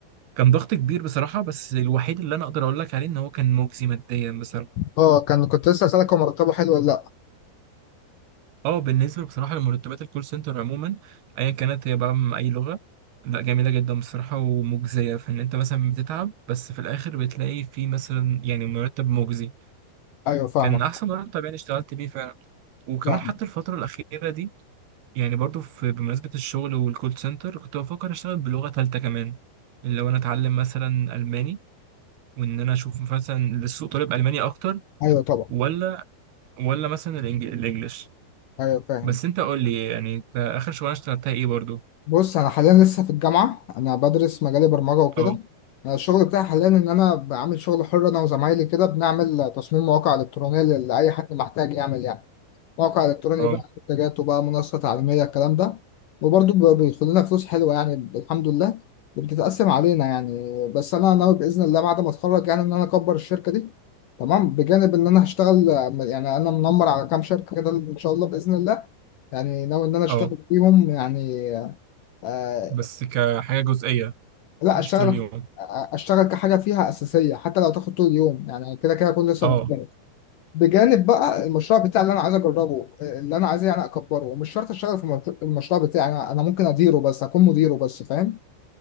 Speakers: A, on the right (about 70°); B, on the left (about 70°).
A: كان ضغط كبير بصراحه بس الوحيد اللي انا اقدر اقول لك عليه ان هو كان مجزي ماديا بصراحه
B: اه كان كنت لسه اسألك هو مرتبه حلو ولا لا؟
A: اه بالنسبة بصراحة لمرتبات الكول سنتر عموما ايا كانت هي بقى من اي لغة لا جميلة جدا بصراحة ومجزية في ان انت مثلا بتتعب بس في الاخر بتلاقي في مثلا يعني مرتب مجزي
B: ايوه فاهمك
A: كان احسن مرتب يعني اشتغلت بيه فعلا وكمان
B: فاهم
A: حتى الفترة الاخيرة دي يعني برضو في بمناسبة الشغل والكول سنتر كنت بفكر اشتغل بلغة تالتة كمان اللي هو انا اتعلم مثلا الماني وان انا اشوف مثلا للسوق طالب الماني اكتر
B: ايوه طبعا
A: ولا ولا مثلا الإنج- الانجليش
B: ايوه فاهم
A: بس انت قول لي يعني انت اخر شغلانة اشتغلتها ايه برضو
B: بص انا حاليا لسه في الجامعة انا بدرس مجال برمجة وكده
A: اه
B: أنا الشغل بتاعي حاليا ان انا بعمل شغل حر انا وزمايلي كده بنعمل تصميم مواقع الكترونية لاي حد محتاج يعمل يعني موقع الكتروني
A: اه
B: بقى منتجات وبقى منصه تعليميه الكلام ده وبرضه ب- بيدخل لنا فلوس حلوه يعني الحمد لله وبتتقسم علينا يعني بس انا ناوي باذن الله بعد ما اتخرج يعني ان انا اكبر الشركه دي تمام بجانب ان انا هشتغل يعني انا منمر على كام شركه كده ان شاء الله باذن الله يعني ناوي ان انا اشتغل
A: اه
B: فيهم يعني آه،
A: بس كحاجة جزئية
B: لا
A: مش
B: اشتغل
A: طول اليوم
B: اشتغل كحاجه فيها اساسيه حتى لو تاخد طول اليوم يعني كده كده اكون لسه
A: اه
B: متخرج بجانب بقى المشروع بتاعي اللي انا عايز اجربه اللي انا عايز يعني اكبره ومش شرط اشتغل في المشروع المشروع بتاعي انا أنا ممكن اديره بس اكون مديره بس فاهم